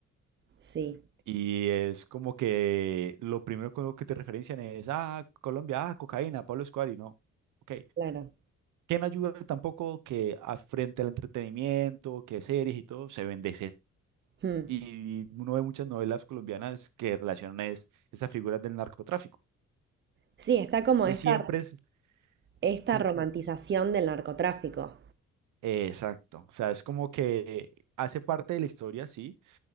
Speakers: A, on the right; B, on the right.
A: sí,
B: Y es como que lo primero con lo que te referencian es, ah, Colombia, ah, cocaína, Pablo Escobar, y no. Ok,
A: claro.
B: que no ayuda tampoco que a- frente al entretenimiento, que series y todo, se vende
A: Mm.
B: y uno ve muchas novelas colombianas que relacionan es, esas figuras del narcotráfico.
A: Sí, está como
B: Entonces
A: esta,
B: siempre es
A: esta
B: como,
A: romantización del narcotráfico,
B: eh, exacto, o sea, es como que hace parte de la historia, sí,